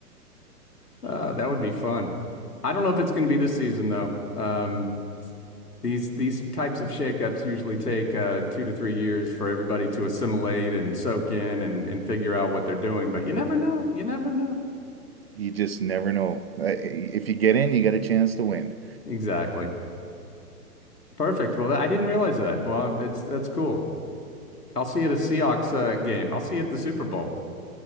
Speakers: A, on the left; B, on the right.
A: Uh, that would be fun. I don't know if it's going to be this season though. Um, these these types of shakeups usually take uh, two to three years for everybody to assimilate and soak in and and figure out what they're doing. But you never know. You never know.
B: You just never know. Uh, If you get in, you got a chance to win.
A: Exactly. Perfect. Well, I didn't realize that. Well, it's that's cool. I'll see you at a Seahawks uh, game. I'll see you at the Super Bowl.